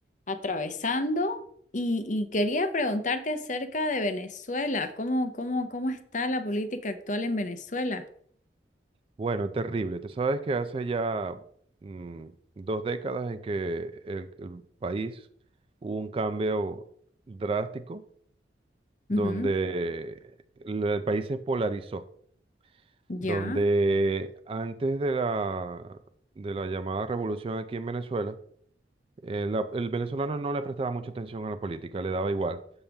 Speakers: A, on the left (about 40°); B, on the right (about 30°).
A: atravesando, y, y quería preguntarte acerca de Venezuela, ¿cómo, cómo, cómo está la política actual en Venezuela?
B: Bueno, terrible. Tú sabes que hace ya mm, dos décadas en que el, el país hubo un cambio drástico donde
A: Ujú,
B: el, el país se polarizó, donde
A: Ya,
B: antes de la, de la llamada revolución aquí en Venezuela, eh, la- el venezolano no le prestaba mucha atención a la política, le daba igual.